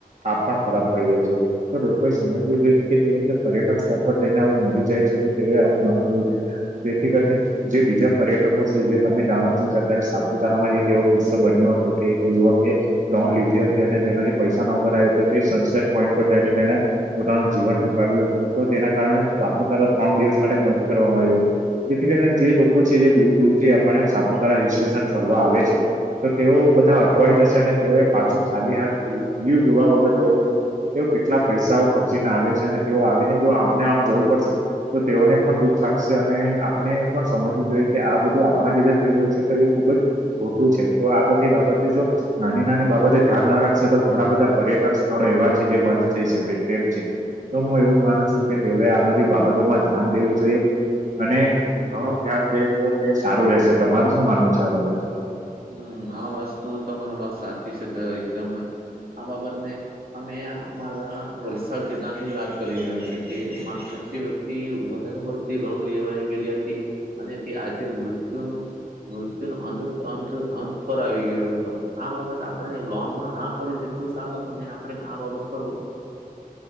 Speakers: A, on the right; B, on the right.
A: છાપ પણ ખરાબ પડી જાય છે. તો દરેકે સમજવું જોઈએ કે તેઓ પર્યટન સ્થળ પર જઈને આવું મરી જાય છે તો તેએ આવું ન કરવું જોઈએ. જેથી કરીને જે બીજા પર્યટકો છે જે તમે જાણો છો કે અત્યારે સાપુતારામાં એક એવો કિસ્સો બન્યો હતો કે એક યુવકે લોન લીધી હતી અને જેનાથી પૈસા ન ભરાયા તે સનસેટ પોઈન્ટ પર જઈને તેને પોતાનું જીવન ટૂકાવ્યું હતું તો તેના કારણે સાપુતારા ત્રણ દિવસ માટે બંધ કરવામાં આવ્યું હતું. જેથી કરીને જે લોકો છે જે દૂર દૂર થી આપણે સાપુતારા હિલ સ્ટેશન ફરવા આવે છે. તો તેઓ બધા અટવાઈ જશે અને તેઓએ પાછું ખાલી હાથ વ્યુ જોયા વગર જવું પડશે. તેઓ કેટલા પૈસાઓ ખર્ચીને આવે છે અને તેઓ આવીને જો આમને આમ જવું પડશે. તો તેઓને પણ દુઃખ લાગશે અને આપણે એ પણ સમજવું જોઈએ કે આ બધું આપણા લીધે થઈ રહ્યું છે તો એ ખુબ જ ખોટું છે તો આ બધી બાબતે જો નાની નાની બાબતે ધ્યાન ના રાખશે તો ઘણા બધા પર્યટન સ્થળો એવા છે જે બંધ થઈ શકે તેમ છે. તો હું એવું જ માનું છું કે તેઓએ આ બધી બાબતોમાં ધ્યાન દેવું જોઈએ. અને ઘણુ ધ્યાન દે તો તે સારું રહેશે તમાર શું માનવુ છે? આ બાબતે.
B: હ આ વાસ્તુ તમારી વાત સાચી છે તો એકદમ આ બાબત ને અમે અમારા વલસાડ જિલ્લાની વાત કરી રહ્યા છુ જે માં <unintelligible> તે વધારે પડતી લોન લેવાઈ ગયેલી હતી અને તે આજે મૃત્યુનું મૃત્યુનું અંત અંત અંત પર આવી ગયો હતો આ બાબત આપણે લોનમાં ના પડી તેટલું સારું અને આપણે આ બાબત પર